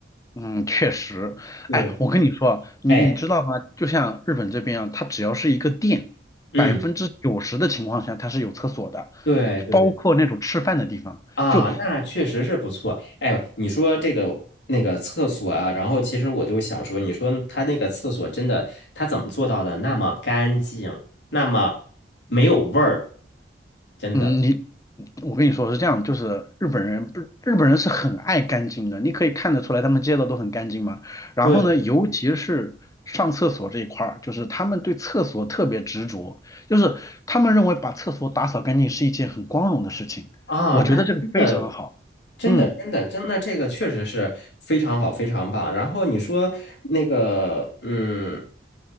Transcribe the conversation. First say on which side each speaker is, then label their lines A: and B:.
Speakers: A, on the left; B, on the left.
A: 嗯，确实，
B: 对，
A: 哎，我跟你说，你你知道吗？
B: 哎。
A: 就像日本这边啊，它只要是一个店，
B: 嗯。
A: 百分之九十的情况下它是有厕所的，
B: 对对
A: 包括那种吃饭的地方。
B: 啊，
A: 就
B: 那确实是不错。哎，你说这个那个厕所啊，然后其实我就想说，你说他那个厕所真的，他怎么做到的那么干净，那么没有味儿？真的，
A: 嗯，你我跟你说是这样，就是日本人不，日本人是很爱干净的，你可以看得出来他们街道都很干净嘛。然后呢，
B: 对
A: 尤其是上厕所这一块儿，就是他们对厕所特别执着，就是他们认为把厕所打扫干净是一件很光荣的事情。
B: 啊，
A: 我觉得这个非常好。
B: 那真的，真的，
A: 嗯
B: 真的，真的，这个确实是非常好，非常棒。然后你说那个，嗯，